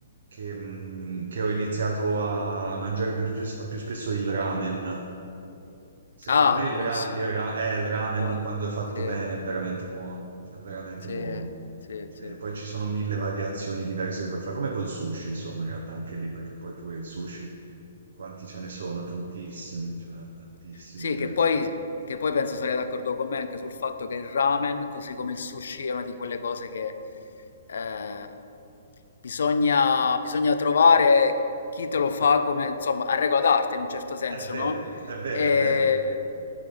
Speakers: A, on the right (about 70°); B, on the left (about 75°).
A: che, mm, che ho iniziato a mangiare più spes- più spesso il ramen, Secondo
B: Ah,
A: me il,
B: buonissimo,
A: ra- il ra- eh, il ramen
B: buono,
A: quando è fatto
B: sì.
A: bene è veramente buono, è veramente
B: Sì,
A: buono.
B: sì,
A: Sì,
B: sì.
A: poi ci sono mille variazioni diverse che puoi fare, come col sushi, insomma, in realtà anche lì, perché poi pure il sushi, quanti ce ne sono? Tantissimi, cioè tantissimi
B: Sì,
A: diversi.
B: che poi, che poi penso sarei d'accordo con me anche sul fatto che il ramen, così come il sushi, è una di quelle cose che eh, bisogna, bisogna trovare chi te lo fa come, insomma, a regola d'arte in un certo senso,
A: È vero,
B: no?
A: è vero,
B: E
A: è vero.